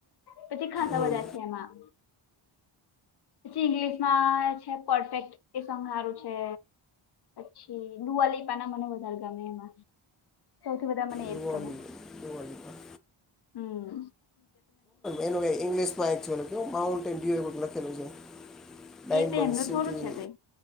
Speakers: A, on the left; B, in the centre.
A: પછી ખાસા
B: હમ
A: બધા છે એમાં પછી ઈંગ્લિશમાં છે પરફેક્ટ એ સંહારું છે. છે દુઆલીપાના મને વધારે ગમે એમાં સૌથી બધા મને
B: દિવાળી
A: એજ ગમે.
B: દિવાળીમાં
A: હમ્મ હમ્મ.
B: એનું ઇંગ્લિશ માં એકચુલ માઉન્ટ એન યુ એ પણ લખેલું છે ડાયમંડ
A: એ તો એમનું
B: સિટી
A: થોડું છે કઈ